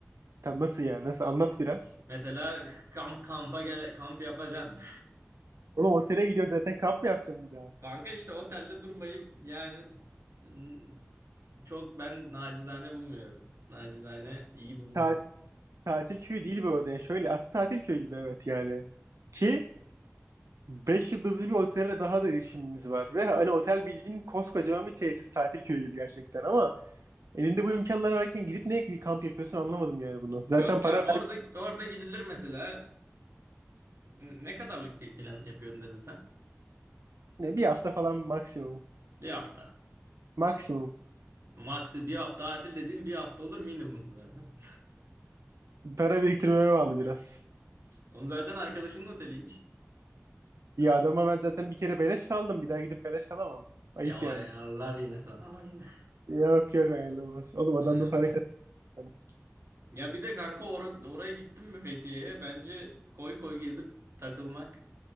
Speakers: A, on the right; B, on the right.
A: Tam nasıl yani? Nasıl? Anlat biraz.
B: Mesela kamp kampa gele kamp yapacaksın.
A: Oğlum otele gidiyoruz zaten kamp mı yapacağım
B: <laughs>
A: bir daha?
B: Kanka işte otelde durmayı yani n- çok ben nacizane bulmuyorum. Nacizane iyi bulmuyorum.
A: Ta- tatil köyü değil bu arada ya. Şöyle aslında tatil köyü gibi evet yani. Ki 5 yıldızlı bir otele daha da erişimimiz var. Ve hani otel bildiğin koskocaman bir tesis tatil köyü gibi gerçekten ama Elinde bu imkanlar varken gidip ne kamp yapıyorsun anlamadım yani bunu. Zaten
B: Yok
A: para
B: ya orada
A: vermişsin.
B: orada gidilir mesela. Ne kadarlık bir plan yapıyorum dedin sen?
A: Bir hafta falan maksimum.
B: Bir hafta.
A: Maksimum.
B: Maksi bir hafta tatil dediğin bir hafta olur minimum zaten.
A: Para biriktirmeme bağlı biraz.
B: Oğlum zaten arkadaşının oteliymiş.
A: Ya adama ben zaten bir kere beleş kaldım. Bir daha gidip beleş kalamam. Ayıp
B: Ya o
A: yani.
B: ayarlar yine sana o yine.
A: Yok yok ayrılamaz. Oğlum adam
B: Ayarlar.
A: da para kazandı.
B: Ya bir de kanka or- oraya gittin mi Fethiye'ye? Bence koy koy gezip takılmak